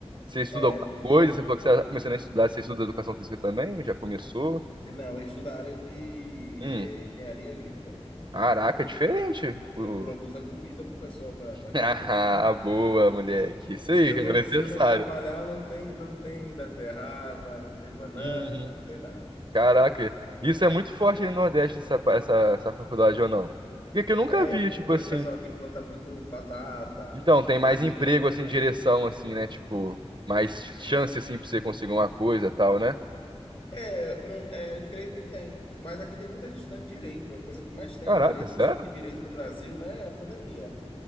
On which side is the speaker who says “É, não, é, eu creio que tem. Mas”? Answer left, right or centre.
Left